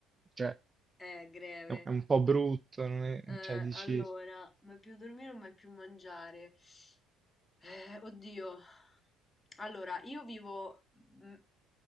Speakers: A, on the right; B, on the left.
A: cioè,
B: è greve.
A: è un è un po' brutto, non è-
B: Eh,
A: cioè, dici,
B: allora, mai più dormire o mai più mangiare? Eh, oddio. Allora, io vivo, mm,